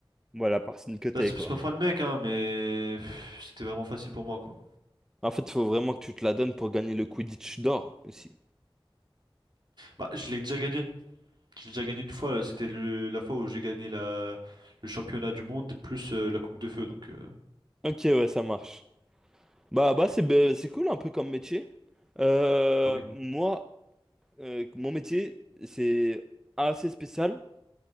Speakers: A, in the centre; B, on the right.
A: Moi, la personne que t'es,
B: Là, C'est
A: quoi.
B: c'est pas fin de mec, hein, mais pff, c'était vraiment facile pour moi, quoi.
A: En fait, faut vraiment que tu te la donnes pour gagner le Quidditch d'or aussi.
B: Bah, je l'ai déjà gagné. Je l'ai déjà gagné une fois. euh, C'était le... la fois où j'ai gagné la... le championnat du monde plus euh, la Coupe de Feu, donc... euh,
A: Ok, ouais, ça marche. Bah, bah c'est bah, c'est cool un peu comme métier. Euh,
B: Ah oui.
A: moi, euh, mon métier, c'est assez spécial.